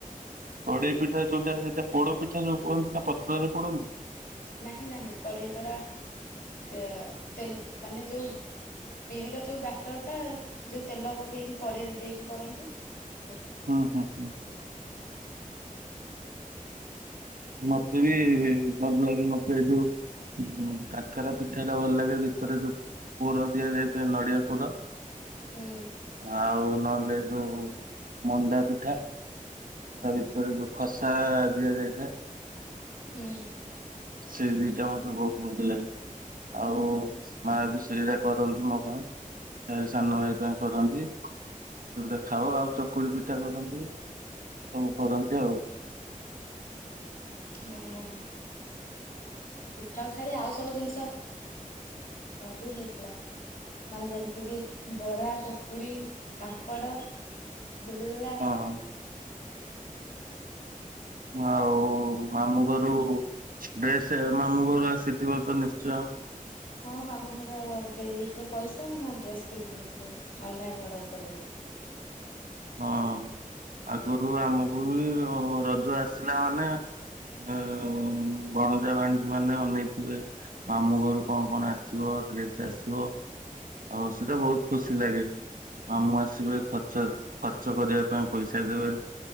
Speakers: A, on the right; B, on the left.
A: କଡେଇ ପିଠା ଯୋଉଟା ସେଇଟା ପୋଡ ପିଠା ଯୋଉ କୁହନ୍ତି ନା ପତ୍ରରେ ପୋଡନ୍ତି?
B: ନାହିଁ ନାହିଁ କଡେଇ ଯୋଉଡା ତେ-ତେଲ ମାନେ ଯୋଉ ବିରିର ଯୋଉ ବାଟର ଟା ଯୋଉ ତେଲ ପକେଇକି କଡେଇରେ ଦେଇକି କରନ୍ତି। ସେଇଟା
A: ହୁଁ ହୁଁ ହୁଁ। ମତେ ବି-ଇ ଭଲ ଲାଗେ ମତେ ଏ ଯୋଉ ଉ କାକରା ପିଠା ଟା ଭଲ ଲାଗେ ଭିତରେ ଯୋଉ ପୂୁର ଦିଆଯାଇଥାଏ ନଡିଆ ପୁର।
B: ହୁଁ
A: ଆଉ ନହଲେ। ଯୋଉ ମଣ୍ଡା ପିଠା। ତା ଭିତରେ ଯୋଉ ଖସା। ଦିଆଯାଇଥାଏ।
B: ହୁଁ।
A: ସେଇ ଦିଟା ମତେ ବହୁତ ଭଲ ଲାଗେ ଆଉ ମା ବି ସେଇଟା କରନ୍ତି ମୋ ପାଇଁ ସାନ ଭାଇ ପାଇଁ କରନ୍ତି ସେଗୁଟା ଖାଉ ଆଉ ଚକୁଳି ପିଠା କରନ୍ତି ସବୁ କରନ୍ତି ଆଉ।
B: ଓ ଭଲ ଆଉ ପିଠାକୁ ଛାଡି ଆଉ ସବୁ ଜିନିଷ ବି ହେଇଥିଲା ମାନେ ଯେମିତିକି ବରା ପକୁଡି ପାାମ୍ପଡ଼ ବୁଲଗୁଲା।
A: ହଁ ଆଉ ମାମୁଁ ଘରୁ ଡ୍ରେସ୍ ମାମୁଁ ଘରୁ ଆସିଥିବ ତ ନିଶ୍ଚୟ।
B: ହଁ ମାମଁ ଘର ଦେଇ ଦେଇଥିଲେ ପଇସା ମୁଁ ଡ୍ରେସ କିଣି ଦେଇଥିଲି ଅନଲାଇନ ଅର୍ଡର କରିଦେଇଥିଲି।
A: ହଁ ଆଗରୁ ଆମକୁ ରଜ ଆସିବ। ପିଲାମାନୋନ ବଣଜା ଭାଣ୍ଡିଟି ମାନେ ଅନେଇଥିବେ ମାମୁଁ ଘରୁ କଣ କଣ ଆସିବ ଡ୍ରେସ ଆସିବ ଆଉ ସେଟା ବହୁତ ଖୁସି ଲାଗେ। ହଁ ମୁଁ ଆସିବି ଖର୍ଚ୍ଚ ଚାଷ କରିବା ପାଇଁ ପଇସା ଦେବେ